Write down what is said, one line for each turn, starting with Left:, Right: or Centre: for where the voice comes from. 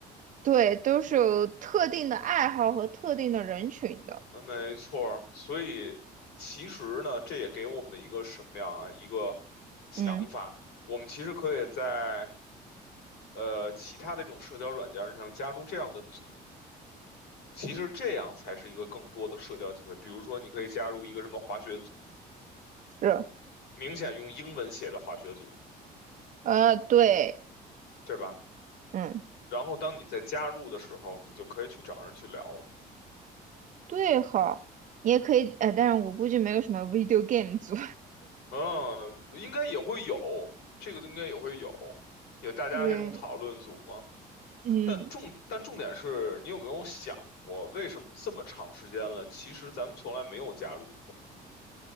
Right: 对，都是有特定的爱好和特定的人群的。
Left: 嗯，没错儿。所以其实呢，这也给我们一个什么样啊？一个想法，
Right: 嗯，
Left: 我们其实可以在呃其他的这种社交软件上加入这样的组。其实这样才是一个更多的社交机会。比如说，你可以加入一个什么滑雪组，
Right: 是，
Left: 明显用英文写的滑雪组，
Right: 呃，对，
Left: 对吧？
Right: 嗯，
Left: 然后当你在加入的时候，你就可以去找人去聊了。
Right: 对好你也可以，呃，但是我估计没有什么 video game 组。
Left: 嗯，应该也会有，这个应该也会有，有大家这种讨论组嘛。
Right: <laughs> 对，嗯。
Left: 但重但重点是你有没有想过，为什么这么长时间了，其实咱们从来没有加入过？